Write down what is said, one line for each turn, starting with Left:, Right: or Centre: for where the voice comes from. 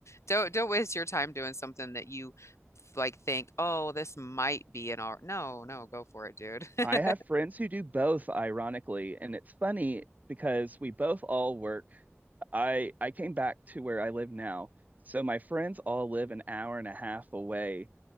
Left: Don't don't waste your time doing something that you like think, oh, this might be an art. No, no, go for it, dude. <laughs>
Right: I have friends who do both, ironically, and it's funny because we both all work. I I came back to where I live now. So my friends all live an hour and a half away,